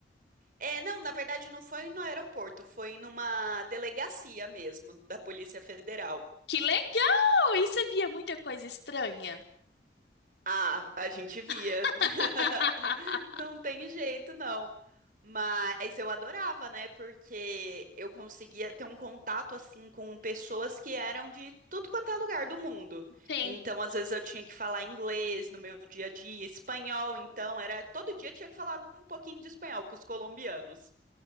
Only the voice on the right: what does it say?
é, não, na verdade não foi no aeroporto, foi numa delegacia mesmo da Polícia Federal.
Ah, a gente via.
<laughs> Não tem jeito, não. Mas eu adorava, né? Porque eu conseguia ter um contato assim com pessoas que eram de tudo quanto é lugar do mundo.
Então, às vezes eu tinha que falar inglês no meu dia a dia, espanhol, então era todo dia eu tinha que falar um pouquinho de espanhol com os colombianos.